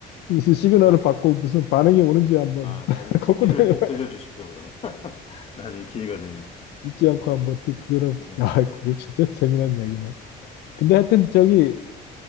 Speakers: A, on the left; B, on the left.
A: 무슨 시그널을
B: 나,
A: 받고 무슨 반응이
B: 음.
A: 오는지 한번
B: 아,
A: <laughs>
B: 나중에 후기를
A: 걷고 다녀봐야지.
B: 꼭 들려주십시오, 그러면. <laughs> 나중에 기회가 되면.
A: 잊지
B: 어,
A: 않고 한번 또 그거는
B: 예.
A: 아 그거 진짜 재미난 얘기네 근데 하여튼 저기